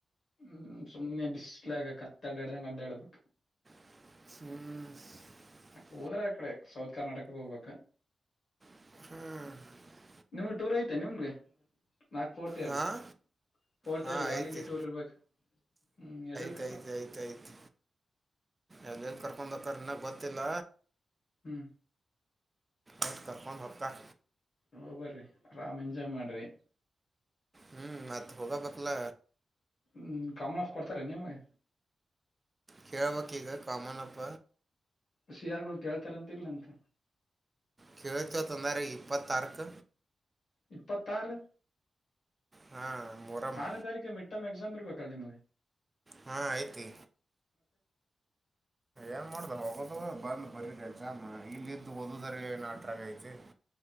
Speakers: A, on the left; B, on the right.
A: ಹ್ಮ ಸುಮ್ನೆ ಬಿಸ್ ಕತ್ಲ್ಯಾಗ ಕತ್ತೆ ಅಡ್ಯಾಡಿದಂಗ ಅಡ್ಯಾಡದು
B: ಹ್ಮ್
A: ಹೋದ್ರೆ ಆ ಕಡೆ ಸೌತ್ ಕರ್ನಾಟಕಕ್ಕೆ ಹೋಗ್ಬೇಕ
B: ಹ್ಮ್
A: ನಿಮಗ್ ಟೂರ್ ಐತೆೇನ್ ನಿಮ್ಗೆ ನಾಕು ಫೋರ್ತ್
B: ಹಾಂ
A: ರೀ ಫೋರ್ತ್
B: ಹಾಂ
A: ರೀ ಆಲ್
B: ಐತಿ
A: ಇಂಡಿಯಾ ಟೂರ್ ಇರ್ಬೇಕು ಹ ಎಲ್ಲಿ
B: ಆಯ್ತ್ ಆಯ್ತ್ ಆಯ್ತ್ ಎಲ್ಲೆಲ್ ಕರ್ಕೊಂಡ್ ಹೋಗ್ತಾರ ಇನ್ನ ಗೊತ್ತಿಲ್ಲ
A: ಹ್ಮ್
B: ಒಟ್ ಕರ್ಕೊಂಡ್ ಹೋಗ್ತಾರ
A: ಹೋಗ್ ಬರ್ರಿ ಆರಾಮ್ ಎಂಜಾಯ್ ಮಾಡ್ರಿ
B: ಹ್ಮ್ ಮತ್ ಹೋಗಬೇಕಲ್ಲ
A: ಹ್ಮ ಕಾಮನಾಫ್ ಕೊಡ್ತಾರೇನ್ ನಿಮಗೆ
B: ಕೇಳಬೇಕ್ ಈಗ ಕಾಮನಾಫ್
A: ಸಿ ಆರ್ ಗಳ್ ಕೇಳ್ತಾರಂತ ಇಲ್ಲ್ ಅನ್ಕ
B: ಕೇಳ್ತೀವಿ ಅಂತ ಅಂದಾರ ಇಪ್ಪತ್ತಾರಕ್ಕ್
A: ಇಪ್ಪತ್ತಾರು
B: ಹಾಂ ಮೊರಮ್
A: ಆರನೇ ತಾರೀಕ ಮಿಡ್ ಟರ್ಮ್ ಎಕ್ಸಾಮ್ ಇರಬೇಕಲ್ಲ ನಿಮಗ
B: ಹಾ ಐತಿ ಏನ್ ಮಾಡ್ದ ಹೋಗದು ಬಂದು ಬರಿ ಎಕ್ಸಾಮ ಇಲ್ಲ್ ಇದ್ದು ಓದುದರ ಏನ್ ಆಟ್ರಾಗ ಐತಿ